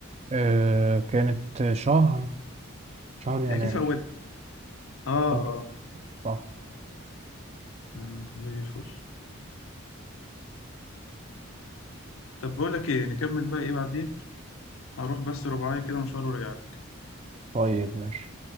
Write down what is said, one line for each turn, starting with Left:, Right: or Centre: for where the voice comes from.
Right: آه كانت شهر شهر يناير
Left: اكيد في اول اه
Right: شهر
Left: اه
Right: صح
Left: اه زي الفل طب بقول لك ايه نكمل بقى ايه بعدين اروح بس رباعية كده مشوار وارجع
Right: طيب ماشي